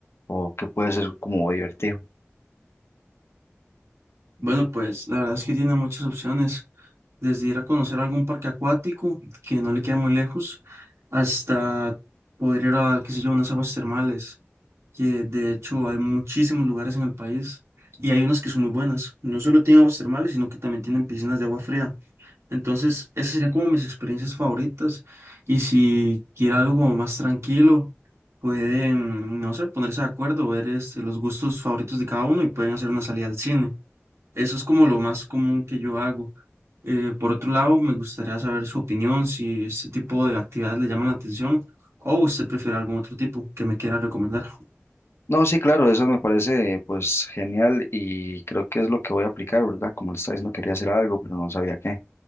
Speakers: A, on the left; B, on the right.
A: o qué puede ser como divertido.
B: Bueno, pues la verdad es que tiene muchas opciones, desde ir a conocer algún parque acuático que no le queda muy lejos, hasta poder ir a, qué sé yo, unas aguas termales que de hecho hay muchísimos lugares en el país y hay unas que son muy buenas. No solo tienen aguas termales, sino que también tienen piscinas de agua fría. Entonces, esas serían como mis experiencias favoritas. Y si quiere algo como más tranquilo, pueden, no sé, ponerse de acuerdo, ver este, los gustos favoritos de cada uno y pueden hacer una salida al cine. Eso es como lo más común que yo hago. Eh, por otro lado, me gustaría saber su opinión, si este tipo de actividades le llaman la atención o usted prefiere algún otro tipo que me quiera recomendar.
A: No, sí, claro, eso me parece pues genial y creo que es lo que voy a aplicar, ¿verdad? Como le estaba diciendo, quería hacer algo, pero no sabía qué.